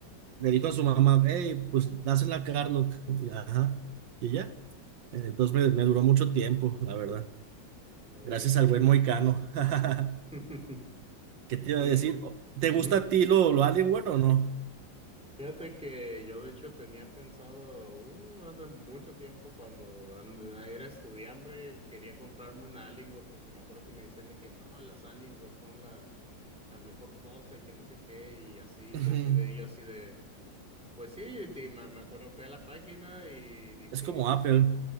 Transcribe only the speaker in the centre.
Órale.
<laughs>
Sí.
Ujú.
Fíjate que yo de hecho tenía pensado, uh, hace mucho tiempo cuando and- era estudiante, quería comprarme una Alienware porque me acuerdo que me decían de que no, las Alienware son la, la mejor cosa y que no sé qué, y así,
y así de, y así de, pues sí, te- me, me acuerdo, fui a la página y dije,